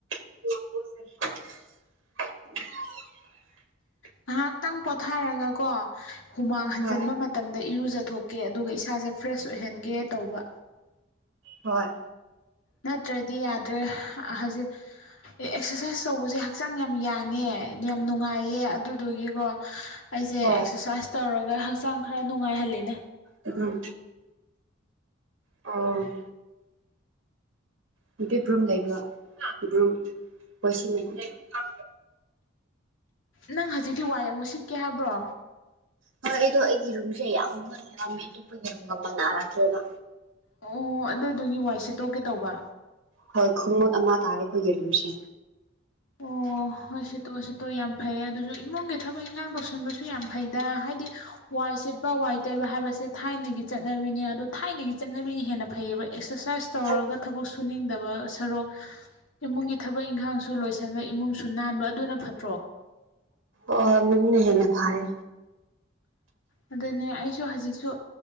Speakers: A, on the right (about 75°); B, on the left (about 85°).
A: <unintelligible>
B: ꯉꯥꯏꯍꯥꯛꯇꯪ ꯄꯣꯊꯥꯔꯒ ꯀꯣ ꯍꯨꯃꯥꯡ ꯍꯟꯖꯤꯟꯕ
A: ꯍꯣꯏ
B: ꯃꯇꯝꯗ ꯏꯔꯨꯖꯊꯣꯛ ꯀꯦ ꯑꯗꯨꯒ ꯏꯁꯥꯁꯦ ꯐ꯭ꯔꯦꯁ ꯑꯣꯏꯍꯟꯒꯦ ꯇꯧꯕ
A: ꯍꯣꯏ
B: ꯅꯠꯇ꯭ꯔꯗꯤ ꯌꯥꯗ꯭ꯔꯦ ꯍꯧꯖꯤꯛ ꯑꯦꯛꯁꯔꯁꯥꯏꯁ ꯇꯧꯕꯁꯦ ꯍꯛꯆꯥꯡ ꯌꯥꯝ ꯌꯥꯡꯉꯦ ꯌꯥꯝ ꯅꯨꯡꯉꯥꯏꯌꯦ ꯑꯗꯨꯗꯨꯒꯤꯀꯣ ꯑꯩꯁꯦ
A: ꯍꯣꯏ
B: ꯑꯦꯛꯁꯔꯁꯥꯏꯁ ꯇꯧꯔꯒ ꯍꯛꯆꯥꯡ ꯈꯔ ꯅꯨꯡꯉꯥꯏꯍꯜꯂꯦ
A: ꯑꯗꯨꯝ ꯑ ꯅꯨꯄꯤ ꯕ꯭ꯔꯨꯝ ꯂꯩꯕ꯭ꯔꯣ ꯕ꯭ꯔꯨꯝ ꯋꯥꯢ ꯁꯤꯠꯅꯕ
B: ꯅꯪ ꯍꯧꯖꯤꯛꯇꯤ ꯋꯥꯏ ꯑꯃꯨꯛ ꯁꯤꯠꯀꯦ ꯍꯥꯏꯕ꯭ꯔꯣ
A: ꯍꯣꯏ ꯑꯩꯗꯣ ꯑꯩꯒꯤ ꯔꯨꯝꯁꯦ ꯌꯥꯝ ꯃꯣꯠꯂꯦꯕ ꯃꯤ ꯑꯇꯣꯞꯄꯒꯤ ꯔꯨꯝꯒ ꯃꯅꯔꯛꯇꯦꯕ
B: ꯑꯣ ꯑꯗꯨꯗꯨꯒꯤ ꯋꯥꯏꯁꯦꯠꯇꯣꯛꯀꯦ ꯇꯧꯕ
A: ꯍꯣꯏ ꯈꯨꯃꯨꯠ ꯑꯃ ꯇꯥꯔꯦ ꯑꯩꯈꯣꯏꯒꯤ ꯔꯨꯝꯁꯦ
B: ꯑꯣ ꯑꯣ ꯍꯣꯏ ꯁꯤꯠꯇꯣꯛ ꯁꯤꯠꯇꯣ ꯌꯥꯝ ꯐꯩ ꯑꯗꯨꯁꯨ ꯏꯃꯨꯡꯒꯤ ꯊꯕꯛ ꯏꯪꯈꯥꯡ ꯇꯧꯁꯟꯕꯁꯨ ꯌꯥꯝ ꯐꯩꯗ ꯍꯥꯏꯗꯤ ꯋꯥꯏ ꯁꯤꯦꯠꯄ ꯋꯥꯏ ꯇꯩꯕ ꯍꯥꯏꯕꯁꯦ ꯊꯥꯏꯅꯒꯤ ꯆꯠꯅꯕꯤꯅꯦ ꯑꯗꯣ ꯊꯥꯏꯅꯒꯤ ꯆꯠꯅꯕꯤꯅ ꯍꯦꯟꯅ ꯐꯩꯌꯦꯕ ꯑꯦꯛꯁꯁ ꯁꯔꯁꯥꯏꯁ ꯇꯧꯔꯒ
A: ꯍꯣꯏ
B: ꯊꯕꯛ ꯁꯨꯅꯤꯡꯗꯕ ꯁꯔꯨꯛ ꯏꯃꯨꯡꯒꯤ ꯊꯕꯛ ꯏꯪꯈꯥꯡꯁꯨ ꯂꯣꯏꯁꯤꯟ ꯕ ꯏꯃꯨꯡꯁꯨ ꯅꯥꯟꯕ ꯑꯗꯨꯅ ꯐꯠ
A: ꯑꯣ ꯃꯗꯨꯅ ꯍꯦꯟꯅ ꯐꯥꯔꯦ
B: ꯑ ꯑꯗꯨꯅꯦ ꯑꯩꯁꯨ ꯍꯧꯖꯤꯛꯁꯨ